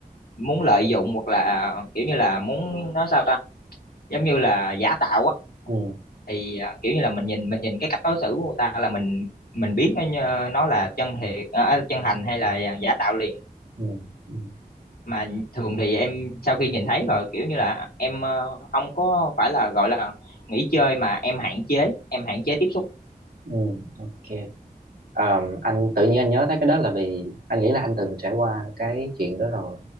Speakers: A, on the left; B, on the right.
A: muốn lợi dụng hoặc là kiểu như là muốn nói sao ta giống như là giả tạo á
B: ừ
A: thì ờ, kiểu như là mình nhìn mình nhìn cái cách đối xử của người ta là mình mình biết nó như- nó là chân thiệt ờ, chân thành hay là ờ, giả tạo liền
B: ừ, ừ.
A: mà thường thì em sau khi nhìn thấy rồi kiểu như là em ờ, không có phải là gọi là nghỉ chơi mà em hạn chế em hạn chế tiếp xúc
B: Ừ, ok. Ờm, anh tự nhiên anh nhớ tới cái đó là vì anh nghĩ là anh từng trải qua cái chuyện đó rồi.